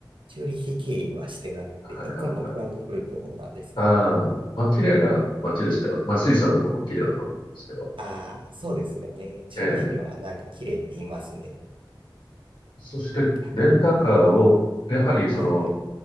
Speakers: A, on the right; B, on the left.
A: チューリヒ経由はしてなくて、
B: はい、
A: いつもフランクフルトなんです。
B: はい、はい。ああ。まあ、綺麗な街でしたよ。まあ、スイスはどこも綺麗だと思うんですけど。
A: ああ、そうですよね。チューリヒはなんか綺麗って言いますね。
B: ええ。そして、
A: でも逆に、
B: レンタカーを、やはりその、
A: はいはい、